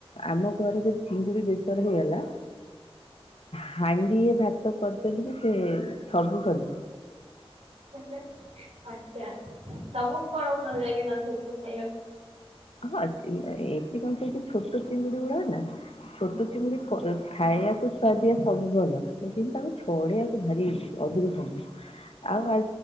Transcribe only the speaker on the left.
ଆମ ଘରେ ଯଦି ଚିଙ୍ଗୁଡି ବେସର ହେଇଗଲା ହାଣ୍ଡିଏ ଭାତ କରିଦେଲେ ବି ସେ ସବୁ ସରିଜିବ।
ହଁ ସେ ନାଇଁ ଏଠି କଣ ସେଛୋଟ ଚିଙ୍ଗୁଡି ଗୁଡା ନାଛୋଟ ମିତି ଖାଇବାକୁ ସୁଆଦିଆ ସବୁ ଭଲ। ଲେକିନ ତାକୁ ଛଡେଇଆକୁ ଭାରି ଅଧିକ ସମୟ ଆଉ ଆ